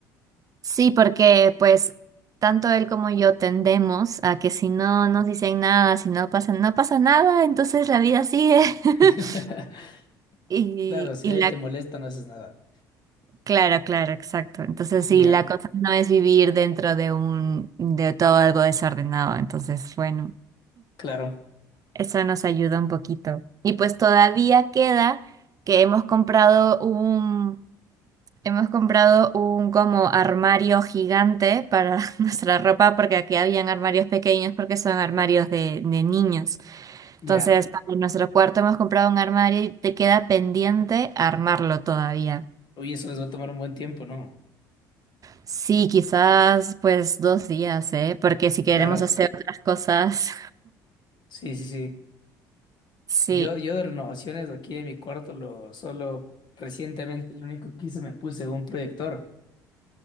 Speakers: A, on the right (about 40°); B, on the left (about 55°).
A: Sí, porque pues tanto él como yo tendemos a que si no nos dicen nada, si no pasa, no pasa nada, entonces la vida sigue. <laughs>
B: <laughs>
A: Y,
B: Claro, si
A: y
B: nadie
A: la
B: te molesta, no haces nada.
A: Claro, claro, exacto. Entonces, sí,
B: Ya,
A: la cosa no es vivir dentro de un, de todo algo desordenado. Entonces, bueno,
B: claro,
A: eso nos ayuda un poquito. Y pues todavía queda que hemos comprado un, hemos comprado un como armario gigante para <laughs> nuestra ropa, porque aquí habían armarios pequeños porque son armarios de, de niños. Entonces,
B: ya.
A: para nuestro cuarto hemos comprado un armario y te queda pendiente armarlo todavía.
B: Uy, eso les va a tomar un buen tiempo, ¿no?
A: Sí, quizás pues dos días, ¿eh? Porque si queremos
B: Claro,
A: hacer otras cosas,
B: sí, sí, sí.
A: <laughs>
B: Yo, yo
A: sí.
B: de renovaciones aquí en mi cuarto, lo solo recientemente, lo único que hice, me puse un proyector.